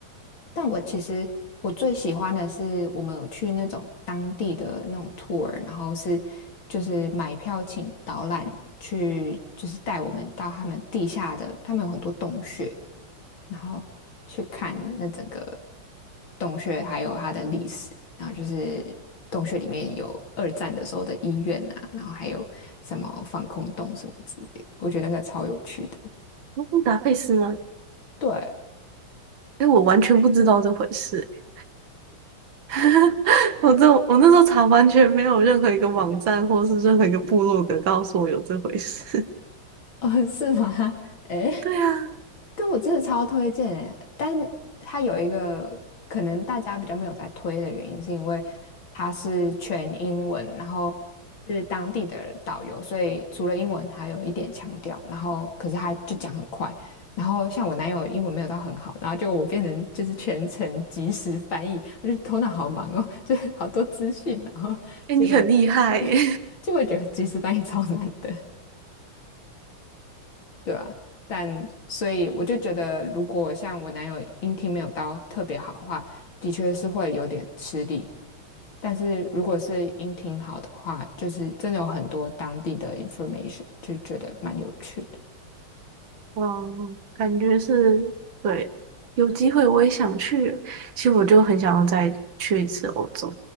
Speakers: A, on the left; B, on the right.
A: 但我其实我最喜欢的是我们有去那种当地的那种 tour，然后是就是买票请导览去，就是带我们到他们地下的，他们有很多洞穴，然后去看那整个洞穴还有它的历史，然后就是洞穴里面有二战的时候的医院啊，然后还有什么防空洞什么之类的，我觉得那超有趣的。
B: 哦布达佩斯吗？
A: 对，
B: 哎、我完全不知道这回事欸、<laughs> 我这我那时候查完全没有任何一个网站或是任何一个部落格告诉我有这回事。
A: 哦，是吗？<laughs> 诶，
B: <laughs> 对啊，
A: 但我真的超推荐诶，但它有一个可能大家比较没有在推的原因，是因为它是全英文，然后是当地的导游，所以除了英文还有一点强调，然后可是他就讲很快，然后像我男友英文没有到很好，然后就我变成就是全程即时翻译，我就头脑好忙哦，就是好多资讯，然后结果
B: 哎、你很厉害耶、
A: <laughs> 就会觉得即时翻译超难的。对啊，但所以我就觉得，如果像我男友音听没有到特别好的话，的确是会有点吃力。但是如果是音听好的话，就是真的有很多当地的 information，就觉得蛮有趣的。
B: 嗯，感觉是，对，有机会我也想去。其实我就很想要再去一次欧洲，